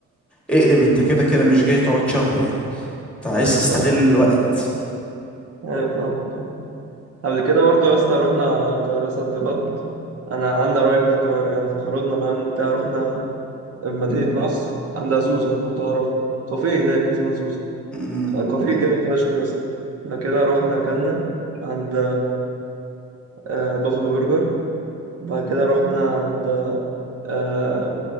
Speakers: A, in the centre; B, on the right.
A: اقلب انت كده كده مش جاي تقعد شهر يعني انت عايز
B: آه
A: تستغل الوقت
B: ايوه فاهم فاهم قبل كده برضو يا اسطى رحنا القاهرة صد رد انا عندي قرايب في القاهرة يعني فخرجنا معاهم وبتاع رحنا مدينة نصر عند زوزة لو تعرف كافيه هناك اسمها زوزة
A: امم
B: كافيه جامد فشخ يا اسطى بعد كده رحنا اكلنا عند آه، بافلو برجر وبعد كده رحنا عند آه،